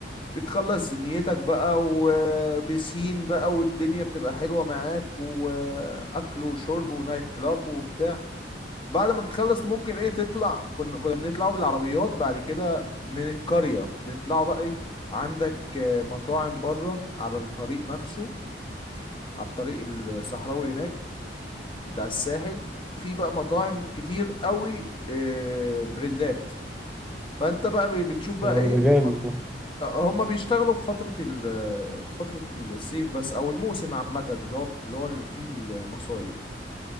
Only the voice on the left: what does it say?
بتخلص زنيتك بقى وبسين بقى والدنيا بتبقى حلوة معاك واكل وشرب ونايت كلاب وبتاع بعد ما بتخلص ممكن ايه تطلع كنا كنا بنطلعوا بالعربيات بعد كده من القرية بنطلعوا بقى ايه عندك آه، مطاعم بره على الطريق نفسه على الطريق الصحراوي هناك بتاع الساحل في بقى مطاعم كتير قوي آه، برندات فانت بقى بي- بتشوف بقى
ايه
م-
هما بيشتغلوا في فترة ال في فترة الصيف بس او الموسم عامة اللي هو اللي هو اللي فيه المصايف